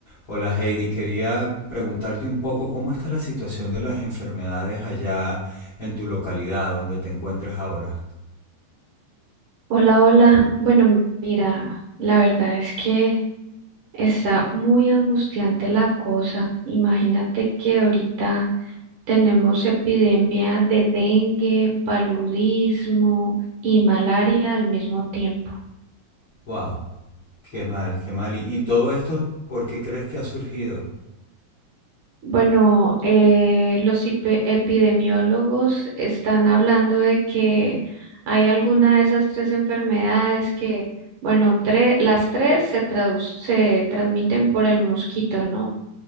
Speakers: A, on the left (about 60°); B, on the right (about 70°).
A: Hola Heidi, quería preguntarte un poco cómo está la situación de las enfermedades allá en tu localidad donde te encuentras ahora.
B: Hola, hola. Bueno, mira, la verdad es que está muy angustiante la cosa. Imagínate que ahorita tenemos epidemia de dengue, paludismo y malaria al mismo tiempo.
A: Wow, qué mal, qué mal. ¿Y, y todo esto por qué crees que ha surgido?
B: Bueno, eh, los ipe- epidemiólogos están hablando de que hay alguna de esas tres enfermedades que, bueno, tre- las tres se, traduc- se transmiten por el mosquito, ¿no?